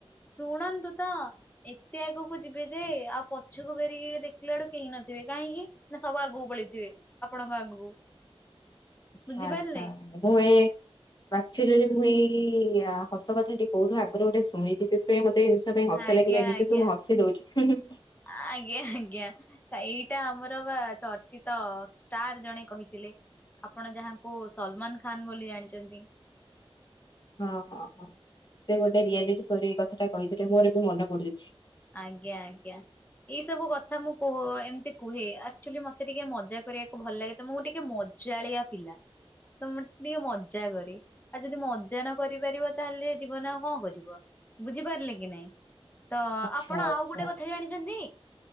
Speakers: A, on the left; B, on the left.
A: ଶୁଣନ୍ତୁ ତ। ଏତେ ଆଗକୁ ଯିବେ ଯେ ଆଉ ପଛକୁ ଫେରିକି ଦେଖିଲା ବେଳକୁ କେହି ନଥିବେ, କାହିଁକି ନା ସବୁ ଆଗକୁ ପଳେଇ ଥିବେ ଆପଣଙ୍କ ଆଗକୁ।
B: ଆଛା
A: ବୁଝିପାରିଲେ
B: ଆଛା ମୁଁ ଏ ଆକଚ୍ୟୁଲି ରେ ମୁଁ ଏଇ ହସ କଥାଟି କୋଉଠୁ ଆଗରୁ ଗୋଟେ ଶୁଣିଚି ସେ ପାଇଁ ମୋତେ ସେଇ ଜିନିଷ ପାଇଁ ହସ
A: ଆଜ୍ଞା
B: ଲାଗିଲାନି
A: ଆଜ୍ଞା
B: କିନ୍ତୁ ମୁଁ ହସି ଦଉଚି ହୁଁ ହୁଁ।
A: ଆଜ୍ଞା ଆଜ୍ଞା। ଏଇଟା ଆମର ବା ଚର୍ଚ୍ଚିତ ଷ୍ଟାର ଜଣେ କହିଥିଲେ, ଆପଣ ଯାହା କୁ ସଲମାନ ଖାନ ବୋଲି ଜାଣିଚନ୍ତି।
B: ହଁ ହଁ ହଁ ସେ ଗୋଟେ ରିଆଲିଟି ସୋରେ ଏଇ କଥାଟା କହିଥିଲେ ମୋର ବି ମନେ ପଡୁଛି।
A: ଆଜ୍ଞା ଆଜ୍ଞା। ଏଇ ସବୁ କଥା ମୁଁ କୁହ ଏମିତି କୁହେ ଆକ୍ଚୁଆଲି ମତେ ଟିକେ ମଜା କରିବାକୁ ଭଲ ଲାଗେ ତ ମୁଁ ଟିକେ ମ ଜାଳିଆ ପିଲା ତ ମୁଁ ଟିକେ ମଜା କରେ। ଆଉ ଯଦି ମଜା ନ କରିପାରିବ ତାହେଲେ ଜୀବନରେ ଆଉ କଣ କରିବ? ବୁଝିପାରିଲେ କି ନାଇଁ। ତ
B: ଆଚ୍ଛା
A: ଆ
B: ଆଚ୍ଛା
A: ଜାଣିଚନ୍ତି